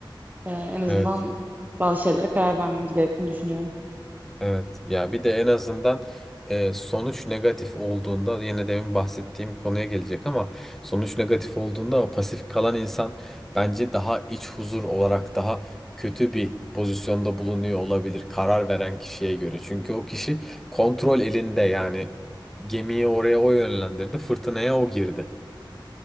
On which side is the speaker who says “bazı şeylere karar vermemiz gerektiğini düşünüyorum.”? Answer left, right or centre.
Right